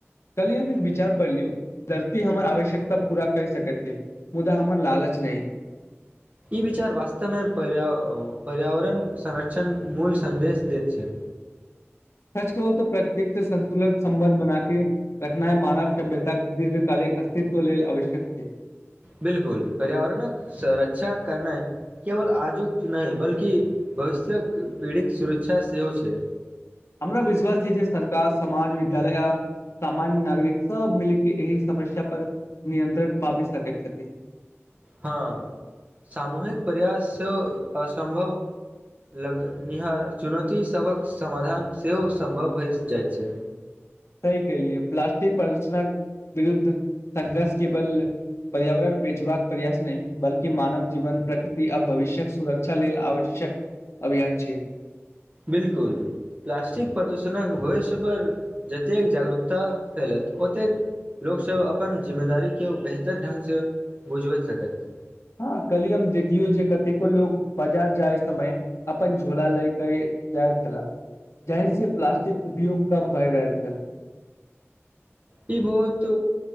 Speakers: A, on the left (about 70°); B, on the right (about 30°).
A: कल हममे एक विचार पलियौ। धरती हमर आवश्यकता पूरा करि सकैत छै मुदा हमर लालच नहि।
B: ई विचार वास्तवमे पर्यावरण संरक्षण मूल सन्देश दैत छे।
A: सच कहू त प्रकृतिक से संतुलित सं्बन्ध बना के। रखनाइ मानव सभ्यतााक दीर्घकालिक अस्तित्व लेल आवश्यक छै।
B: बिलकुल पर्यावरणक स रक्षा करना केवल आजुक नहि बल्कि भविष्य पीड़ित सुरक्षा सेहो छै।
A: हमरा विश्वास छै जे सरकार समाज विद्यालय सामान्य नागरिक सब मिलके एहि समस्या पर नियंत्रण पाबि सकैत छथिन।
B: हँ सामूहिक प्रयास सेहो असम्भव लगनिहार चुनौतीसभक समाधान सेहो सम्भव भइ जाइत छै।
A: सी के लि प्लास्टिक प्रदूषणक विरुद्ध संघर्ष केवल सही कहलीए प्लास्टिक विरुद्ध संघर्ष केवल पर्यावरण बेचबाक प्रयास नहि बल्कि मानव जीवन प्रकृति आ भविष्य सुरक्षा लेल आवश्यक अभियान छे।
B: बिलकुल प्लास्टिक प्रदूषणक भविष्य परर जतेक जागरूकता फैलत ओतेक लोकसभ अपन जिम्मेदारीक के बेहतर ढंगसँ बुझबैत सकत।
A: हँ कली हम देखलियौ जे कतेको लोको। बाजार जाय समय अपन झोला लय के जाय छला जाहि से प्लास्टिक उपयोग कम भए रहल छल।
B: ई बहुत